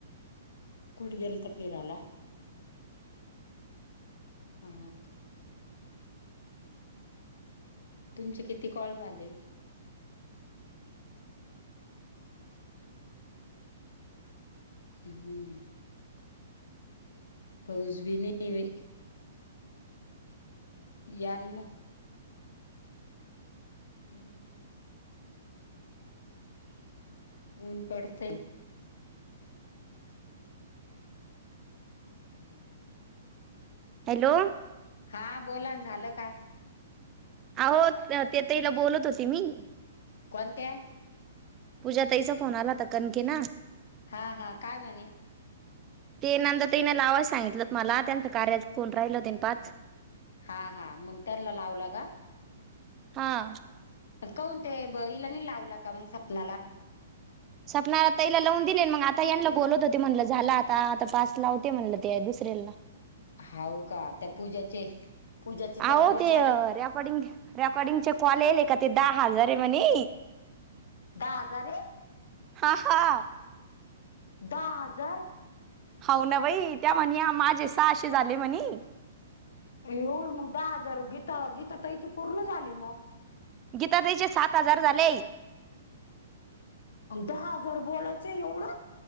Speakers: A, on the left; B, on the right.
A: कुड गेलता फिराला? हाव का तुमचे किती कॉल झाले? हम्म पाऊस बी नये बई यांन म हम्म ऊन पडतंय. अ हाव
B: हॅलो
A: हा बोला ना, झालं का?
B: अहो, ते त्या ताईला बोलत होते मी.
A: कोणत्या?
B: पूजा ताईचा फोन आला होता कनके ना
A: हा, हा, काय म्हणे?
B: ते नंतर तीने लावायच सांगितलं मला, त्यानंतर कार्याच फोन राहिल हो तन पाच.
A: हा हा मग त्यानला लावला का?
B: हा.
A: का हून ते हिला नाही लावला का मग सपनाला?
B: सपनाला तईला लावून दिले, मग आता यांना बोलत होते म्हटलं झाला आता, आता पास लावते म्हणलं ते दुसऱ्याला.
A: हाव का? त्या पूजाचे पूजाचे चालू
B: अहो ते
A: झाले
B: रेकॉर्डिंग- रेकॉर्डिंगचे कॉल येल का ते दहा हजारे म्हणे.
A: दहा हजारे?
B: हा, हा,
A: दहा हजार?
B: हाव ना बाई, त्या म्हने माझे सहाशे झाले म्हणे.
A: एवढ मग दहा हजार गीतं -गीता ताई चे पूर्ण झाली मग.
B: गीता ताईचे सात हजार झालेय.
A: दहा हजार बोलायचं एवढं?